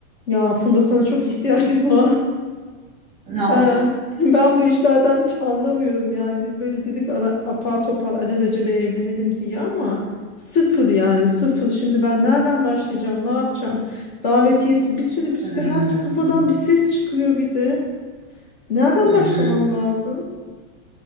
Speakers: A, on the left; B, on the right.
A: Ya Funda sana çok ihtiyacım var. <laughs>
B: Ne oldu?
A: Ben ben bu işlerden hiç anlamıyorum yani. Biz böyle dedik ala, apar topar alelacele evlenelim diye ama sıfır yani sıfır. Şimdi ben nereden başlayacağım? Ne yapacağım? Davetiyesi bir sürü bir sürü
B: Hmm.
A: her iki kafadan bir ses çıkıyor bir de. Nereden
B: Hı
A: başlamam
B: hı.
A: lazım?